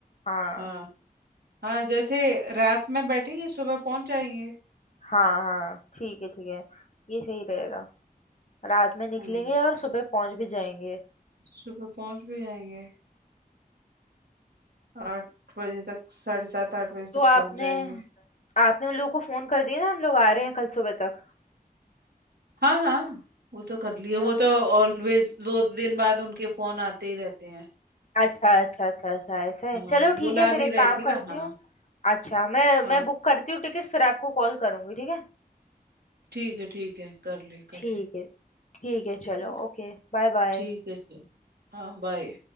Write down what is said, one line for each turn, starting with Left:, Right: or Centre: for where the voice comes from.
Left: हाँ
Right: हाँ हाँ जैसे रात में बैठेंगे सुबह पहुंच जाएंगे
Left: हाँ हाँ ठीक है ठीक है ये सही रहेगा रात में निकलेंगे
Right: हम्म
Left: और सुबह पहुंच भी जाएंगे
Right: सुबह पहुंच भी जाएंगे आठ बजे तक साढ़े सात आठ बजे
Left: तो
Right: तक
Left: आपने
Right: पहुंच जाएंगे
Left: आपने उन लोगों को फोन कर दिया ना हम लोग आ रहे हैं कल सुबह तक
Right: हाँ हाँ वो तो कर लिए
Left: है
Right: वो
Left: ना
Right: तो ऑलवेज दो दिन बाद उनके फोन आते ही रहते हैं
Left: अच्छा अच्छा अच्छा अच्छा ऐसा है
Right: हाँ
Left: चलो ठीक
Right: बुला
Left: है फिर
Right: भी
Left: एक
Right: रहे
Left: काम
Right: थे
Left: करती
Right: ना हाँ
Left: हूँ अच्छा मैं
Right: हाँ
Left: मैं बुक करती हूँ टिकट फिर आपको कॉल करूंगी ठीक है
Right: ठीक है ठीक है कर ले कर
Left: ठीक
Right: ले
Left: है ठीक है चलो
Right: है ना
Left: ओके बाय बाय
Right: ठीक है चल हाँ बाय